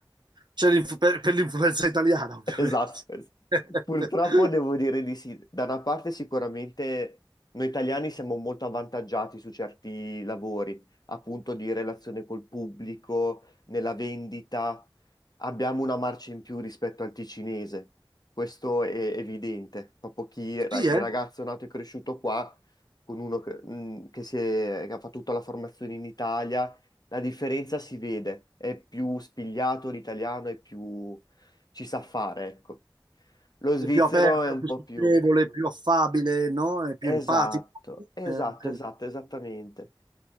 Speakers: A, on the right; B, on the left.
A: C'è l'inf- per per l'influenza italiana,
B: <laughs>
A: ovviamente.
B: Esatto, es-
A: <laughs>
B: purtroppo devo dire di sì. Da una parte sicuramente noi italiani siamo molto avvantaggiati su certi lavori, appunto di relazione col pubblico, nella vendita, abbiamo una marcia in più rispetto al ticinese. Questo è evidente. Proprio chi ra-
A: Sì,
B: il
A: eh?
B: ragazzo nato e cresciuto qua, con uno che, mh, che si è- che ha fatto tutta la formazione in Italia, la differenza si vede. È più spigliato l'italiano, è più... ci sa fare, ecco. Lo svizzero
A: è più aperto,
B: è un
A: è più
B: po'
A: socievole,
B: più...
A: è più affabile, no? È più
B: Esatto,
A: empatico.
B: esatto,
A: Eh, ok,
B: esatto, esattamente.